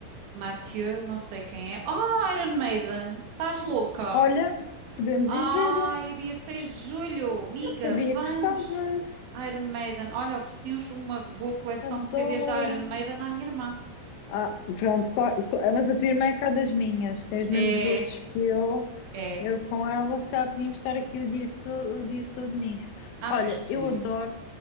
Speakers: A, on the right (about 70°); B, on the left (about 80°).
A: Mathieu, não sei quem é. Ah, Iron Maiden! Estás louca?
B: Olha, podemos
A: Ah,
B: ir ver.
A: é dia 6 de julho. Miga,
B: Não sabia
A: vamos!
B: que gostavas.
A: Iron Maiden. Olha, ofereci uns uma boa coleção
B: Adoro.
A: de CDs da Iron Maiden à minha irmã.
B: Ah, pronto, claro, claro, mas a tua irmã é cá das minhas, tem os
A: É,
B: mesmos gostos que eu.
A: é.
B: Eu com ela, se calhar podíamos estar aqui o dia todo, o dia todo nisto.
A: Ah,
B: Olha,
A: pois podiam.
B: eu adoro